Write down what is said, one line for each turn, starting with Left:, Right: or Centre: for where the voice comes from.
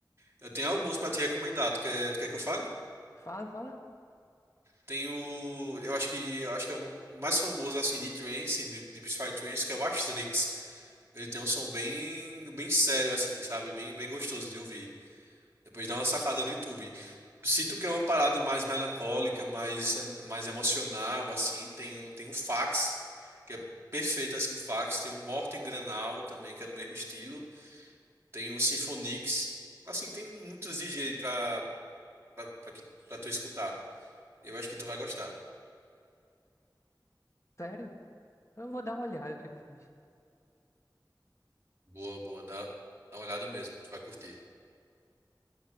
Right: Eu tenho alguns pra te recomendar. Tu quer, tu quer que eu fale?
Left: Fala, fala.
Right: Tem o... Eu acho que, eu acho que é o mais famoso, assim, de trance, de, de psytrance, que é o Astrix. Ele tem um som bem, bem sério, assim, sabe? Bem, bem gostoso de ouvir. Depois dá uma sacada no YouTube. Se tu quer uma parada mais melancólica, mais, mais emocional, assim, tem o, tem o Fax, que é perfeito, assim, o Fax. Tem o Morten Granal também, que é do mesmo estilo. Tem o Symphonix. Assim, tem muitos DJs aí pra, pra, pra, que, pra tu escutar. Eu acho que tu vai gostar.
Left: Sério? Eu vou dar uma olhada depois.
Right: Boa, boa. Dá, dá uma olhada mesmo. Tu vai curtir.